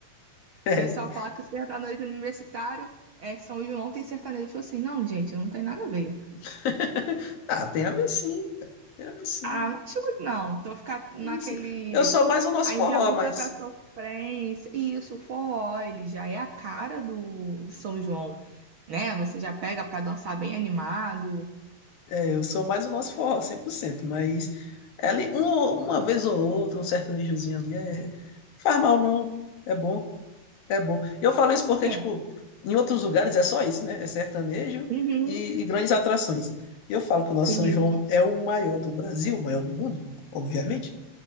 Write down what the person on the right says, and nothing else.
pessoal fala que sertanejo universitário é São João tem sertanejo. Eu falo assim, não, gente, não tem nada a ver.
Ah, não acho muito não. Tô ficando naquele.
Aí
já muda
pra sofrência. E isso, o forró, ele já é a cara do, do São João, né? Você já pega pra dançar bem animado.
É,
uhum,
isso,